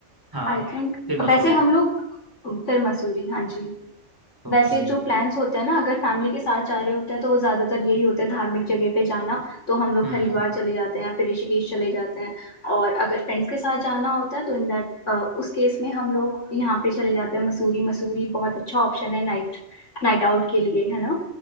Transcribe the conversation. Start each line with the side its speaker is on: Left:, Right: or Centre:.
Right: हाँ
Left: आई थिंक
Right: फिर मसूरी
Left: वैसे हम लोग फिर मसूरी हाँ जी
Right: ओके
Left: वैसे जो प्लान्स होते हैं ना अगर फैमिली के साथ जा रहे होते हैं तो वो ज्यादातर यही होता है धार्मिक जगह पे जाना तो हम लोग
Right: हम्म
Left: हरिद्वार चले जाते हैं या फिर ऋषिकेश चले जाते हैं और अगर फ्रेंड्स के साथ जाना होता है तो इन दैट उस केस में हम लोग यहाँ पे चले जाते हैं मसूरी मसूरी बहुत अच्छा ऑप्शन है नाइट नाइट आउट के लिए है ना